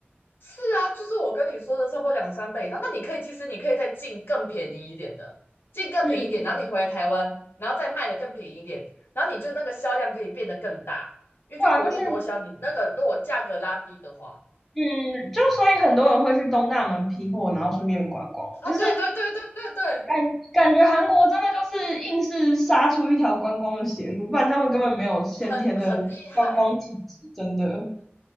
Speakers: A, on the left; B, in the centre.
A: 是啊，就是我跟你说的差不多两三倍以上。那你可以，其实你可以再进更便宜一点的，进更便宜一点，
B: 嗯，
A: 然后你回来台湾，然后再卖的更便宜一点，然后你就那个销量可以变得更大，因为就薄利多销。
B: 对啊，就是
A: 你那个如果价格拉低的话，
B: 嗯，就所以很多人会去东大门批货，然后顺便观光，
A: 啊，
B: 就是
A: 对对对对对对，
B: 感感觉韩国真的就是硬是杀出一条观光的血路，不然他们根本没有先天的观光体质，
A: 很很厉害，
B: 真的。然